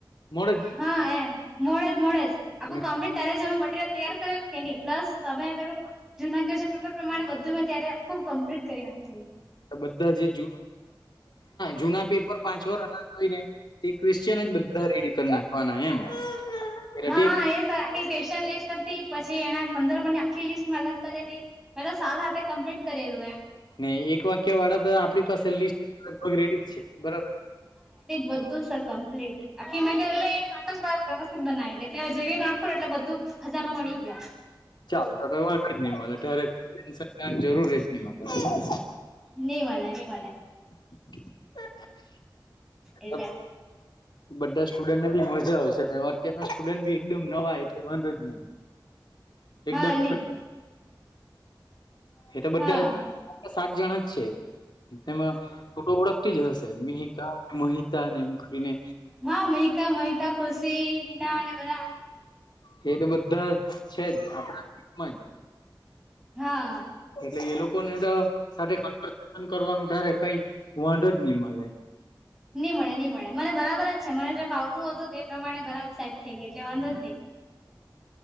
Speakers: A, on the left (about 65°); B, in the centre.
A: મોડે જ
B: હા એ મોડેજ મોડેજ આખું
A: અને
B: કમ્પ્લીટ ત્યારે જ અમે મટીરિયલ તૈયાર કરેલું કે ન પ્લસ તમે પેલું જૂના ક્વેશ્ચન પેપર પ્રમાણે બધું મેં ત્યારે ખબ કમ્પ્લીટ કરી નાખેું.
A: બધા જે જ જૂના પેપર પાંચવા અનાજ જોઈ ને તે ક્રવિશ્ચન બધા રેડી કરી નાખવાના એમ એટલે
B: હા
A: ઠીક
B: એ સર આખી ક્વન લિસ્ટ પછી એના સંદર્ભ ની આખી લીસ્ટમાં અલગ કરેલી મેં તો સાલ હાથે કમ્પ્લીટ કરેલું એમ.
A: નહી એક વાક્ય વાળા તો આપણી પાસે લિસ્ટ લગભગ રેડી જ છે બરાબર.
B: બધું સર કંપ એ ના કે નાટક જ વ્યવસ્થિત બનાવેટ એટલે હ જેવી નાટકો એટલે બધું ખજાનો મળી ગયા.
A: ચાલતા તો વાંધ જ ન ઠરેક ટેન્શન જરૂર. મળે
B: નવા નવા.
A: <unintelligible>
B: એટલે
A: બધા સ્ટુડન્ટને બી મજા આવશે. અતના સ્ટુડન્ટ બી એકમ નવા એટલે વનરજ નહી એકદમ.
B: હા ની
A: એ તો બધા
B: હા.
A: સાત જણા જ છે. એમાં ઓળખતી જ હશે મિહિકા મોહતા ને એમ કરીને.
B: હા મહિકા મહિતા ખુશી હિના અને બધા
A: હ એ તો બધા છે જ આપડામાં
B: હા
A: જ એટલે એ લોકોને તો. સાથે કન કરવાનું તારે કઈ વડ જ નહી મળે.
B: નઈ મળે નહી મળે મને બરાબર જ છે મને જે ફ આવતું હો હતું. તે પ્રમાણે બરાબર સેટ થઈ ગઈ એટલે વાંધો જ નહી.